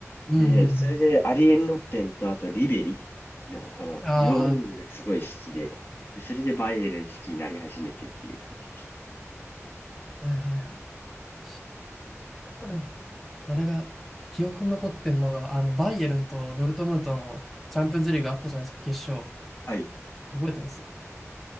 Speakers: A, in the centre; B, on the left.
A: うんうんうん。
B: で、それで、アリエン・ロッペンと、あと、リベリの、この、
A: あ
B: 両ウィングがすごい好きで、でそれでバイエルン好きになり始めてっていう感じです。
A: あ、はいはいはい。ありましたね。うんあれが、記憶に残ってるのが、あの、バイエルンとドルトムントのチャンピオンズリーグあったじゃないですか、決勝。
B: はい。
A: 覚えてます